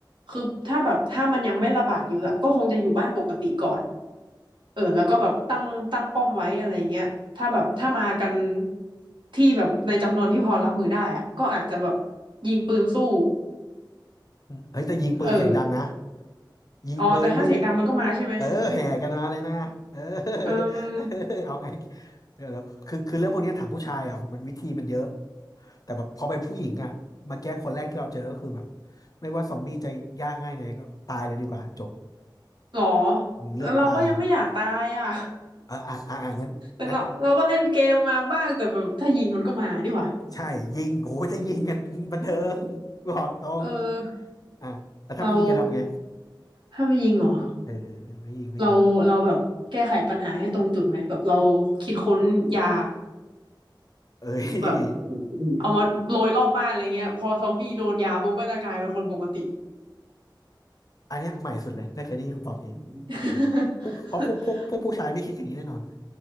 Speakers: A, on the right; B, on the left.
A: คือถ้าแบบถ้ามันยังไม่ระบาดเยอะอะก็คงจะอยู่บ้านปกติก่อน เออแล้วก็แบบตั้งตั้งป้อมไว้อะไรเงี้ยถ้าแบบถ้ามากันที่แบบในจำนวนที่พอรับมือได้อะก็อาจจะแบบยิงปืนสู้
B: อืมเฮ้ยแต่ยิงปืนเสียงดังนะ
A: เออ
B: ยิงปืนนี่
A: อ๋อแต่ถ้าเสียงดังมันก็มาใช่ไหม
B: เออแห่กันมาเลยนะเออ
A: เออ
B: <laughs> เอาไงเดี๋ยวเดี๋ยวคือคือเรื่องพวกนี้ถามผู้ชายอ่ะมันวิธีมันเยอะแต่แบบพอเป็นผู้หญิงอ่ะมาแก้คนแรกที่เราเจอก็คือแบบไม่ว่าซอมบี้จะยากง่ายไงก็ตายเลยดีกว่าจบ
A: หรอ
B: เลือกตาย
A: แล้วเราก็ยังไม่อยากตายอ่ะ
B: อ่าอ่าอ่างั้นงั้น
A: <laughs> แต่เราเราก็เล่นเกมมาบ้างแต่แบบถ้ายิงมันก็มาดีกว่า
B: ใช่ยิงโอ้ยถ้ายิงกันบันเทิงบอกตรง
A: เออ
B: อ่าแล้วถ้าไม่ยิงกันทำไง
A: เราถ้าไม่ยิงเหรอ
B: เออไม่ยิงไม่ยิง
A: เราเราแบบแก้ไขปัญหาให้ตรงจุดไหมแบบเราคิดค้นยา
B: เอ้
A: แบบ
B: ย
A: เอามาโรยรอบบ้านอะไรเงี้ยพอซอมบี้โดนยาปุ๊บก็จะกลายเป็นคนปกติ
B: อันเนี้ยใหม่สุดเลยไม่เคยได้ยินคำตอบนี้
A: <laughs>
B: พวกเพราะพวกพวกพวกผู้ชายไม่คิดอย่างนี้แน่นอน